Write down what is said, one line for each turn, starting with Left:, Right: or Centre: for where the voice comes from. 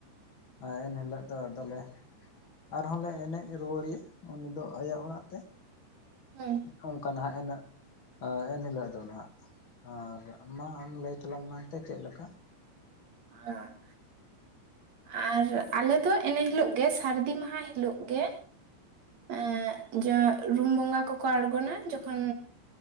Left: ᱟᱨ ᱮᱱ ᱦᱤᱞᱚᱜ ᱫᱚ ᱟᱫᱚ ᱞᱮ ᱟᱨᱦᱚᱸᱞᱮ ᱮᱱᱮᱡ ᱨᱩᱣᱟᱹᱲᱮᱭᱟ ᱩᱱ ᱫᱚ ᱟᱭᱟᱜ ᱚᱲᱟᱜ ᱛᱮ
Right: ᱦᱩᱸ
Left: ᱚᱱᱠᱟ ᱱᱟᱦᱟᱜ ᱮᱱᱹ ᱮᱱᱦᱤᱞᱚᱜ ᱫᱚ ᱱᱟᱱᱟᱜ ᱟᱨ ᱟᱢ ᱢᱟ ᱟᱢ ᱞᱟᱹᱭ ᱛᱟᱞᱟᱝ ᱢᱮ ᱚᱱᱛᱮ ᱪᱮᱫ ᱞᱮᱠᱟ?
Right: ᱦᱮᱸ ᱟᱨ ᱟᱞᱮ ᱫᱚ ᱤᱱᱟᱹ ᱦᱤᱞᱚᱜ ᱜᱮ ᱥᱟᱹᱨᱫᱤ ᱢᱟᱦᱟ ᱦᱤᱞᱚᱜ ᱜᱮ ᱮ ᱡᱮ ᱨᱩᱢ ᱵᱚᱸᱜᱟ ᱠᱚᱠᱚ ᱟᱬᱜᱚᱱᱟ ᱡᱚᱠᱷᱚᱱ